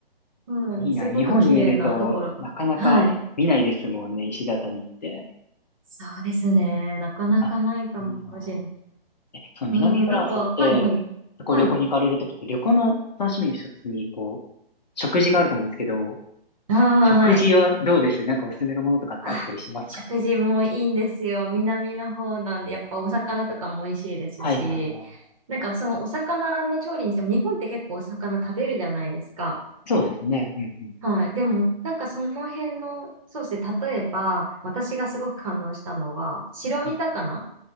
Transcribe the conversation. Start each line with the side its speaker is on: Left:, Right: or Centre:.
Right: うん、
Left: いいな。
Right: すごく綺麗なところが。
Left: 日本にいると、なかなか見ないですもんね、
Right: はい。
Left: 石畳って。
Right: そうですね。なかなかないかもしれない。
Left: あ、いいな。え、その南フランスって、
Right: うん、なんか、はいはい。
Left: こう旅行に行かれるときって、
Right: はい。
Left: 旅行の楽しみの一つに、こう、食事があると思うんですけど、
Right: ああ、
Left: 食事はどうですなんかおすすめのものとかってあったりしますか
Right: はい。あ、食事もいいんですよ。南の方なんで、やっぱお魚とかも美味しいですし、
Left: はいはいは
Right: なんかそのお魚の調理にしても、日本って結構お魚食べるじゃないですか。
Left: い。そうですね。うんうん。
Right: はい。でも、なんかその辺のソースで、例えば、私がすごく感動したのは、白身魚。
Left: はい